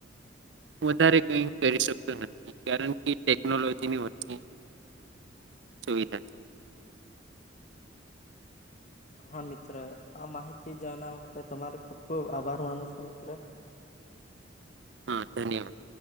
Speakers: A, on the right; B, on the left.
A: વધારે કઈ કરી શકતો નથી કારણ કે ટેકનોલોજીની <unintelligible> સુવિધા
B: હા મિત્ર આ માહિતી જાણવા માટે તમારે ખૂબ ખૂબ આભાર માનું છું મિત્ર.
A: હા ધન્યવાદ.